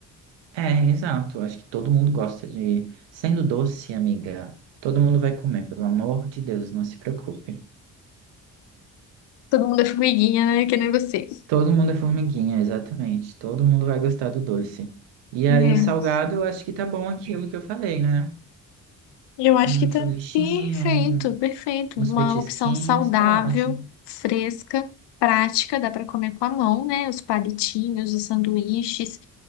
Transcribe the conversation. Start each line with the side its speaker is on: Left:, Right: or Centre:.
Right: É, exato. Acho que todo mundo gosta de. Sendo doce, amiga, todo mundo vai comer, pelo amor de Deus, não se preocupe.
Left: Todo mundo é formiguinha, né? Que nem você.
Right: Todo mundo é formiguinha, exatamente. Todo mundo vai gostar do doce. E aí,
Left: É.
Right: o salgado, eu acho que tá bom aquilo que eu falei, né?
Left: Eu acho
Right: Um
Left: que tá
Right: sanduichinho,
Left: perfeito,
Right: um-
Left: perfeito.
Right: uns
Left: Uma
Right: petisquinhos,
Left: opção saudável,
Right: tá ótimo.
Left: fresca, prática, dá para comer com a mão, né? Os palitinhos, os sanduíches.